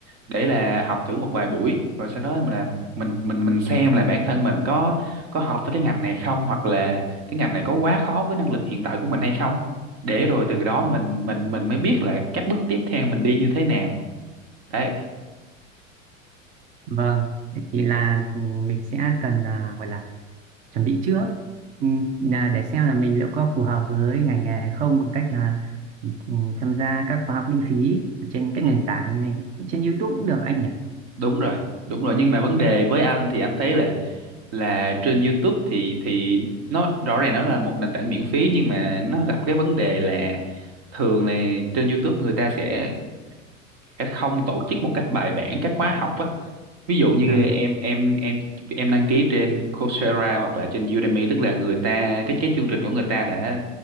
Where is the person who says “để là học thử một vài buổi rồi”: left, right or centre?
Right